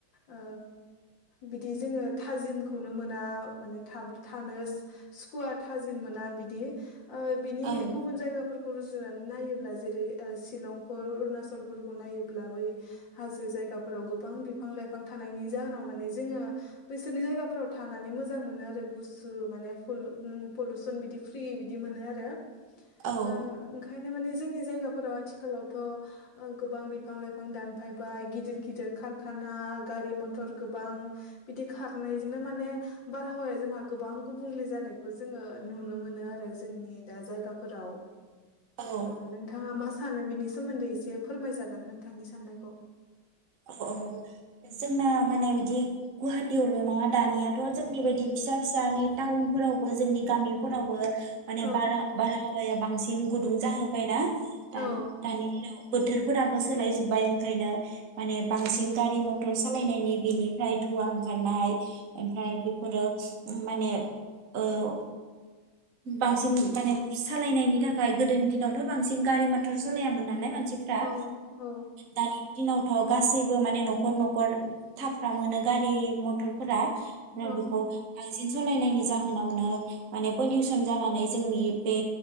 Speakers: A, on the left; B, on the right.
A: औ बिदि जोङो थाजिमखौनो मोना माने थाब थानो सुकुवा थाजिम मोना बिदि ओ बिनि
B: औ
A: गुबुन जायगाफोर रुजुनानै नायोब्ला जेरै शिलंफोर अरुणाचलफोरखौ नायोब्ला बै हाजो जायगाफोराव गो गोबां बिफां लाइफां थानायनि जाहोनाव माने जोङो बैसोरनि जायगाफोराव थानानै मोजां मोनो आरो गुसु माने फलु पलुसन बिदि फ्रि बिदि मोनो आरो ओ
B: औ
A: ओंखा खायनो माने जोंनि जायगाफोराव आथिखालावथ' ओ गोबां बिफां लाइफां दानफायबाय गिदिर गिदिर खार खाना गारि मथर गोबां बिदि खारनायजोंनो माने बारहावाया जोंहा गोबां गुबुंले जानायखौ जोङो नुनो मोनो आरो जोंनि दा जायगाफोराव।
B: औ
A: ओ नोंथाङा मास फानो बिनि सोमोन्दै एसे फोरमायजागोन नोंथांनि साननायखौ।
B: अ औ जोंना माने बिदि गुवाहाटियावल नङा दानियाथ' जोंनि बायदि फिसा फिसा नै टाउनफोरावबो जोंनि गामिफोरावबो माने
A: औ
B: बारा बारहावाया बांसिन गुद रुंजाहोबबाय ना। दान‌
A: औ
B: दानि हेलौ बोथोरफोराबो सोलाय जोब्बाय ओंखायनो। माने बांसिन गारि मथर सालायनायनि बेनिफ्राय धुवा ओंखारनाय ओमफ्राय बेफोरो माने ओ बांसिन माने सालायनायनि थाखाय गोदोनि दिनावथ बांसिन गारि मथर सालायामोन नालाय मान मानसिफ्रा
A: औ औ
B: दानि दिनाव थ गासैबो माने नखर नखर थाफ्रामोनो गारि मथरफोरा
A: औ
B: बेखौ बांसिन सालायनायनि जा होनावनो माने पलिउसन जानानै जोंनि बे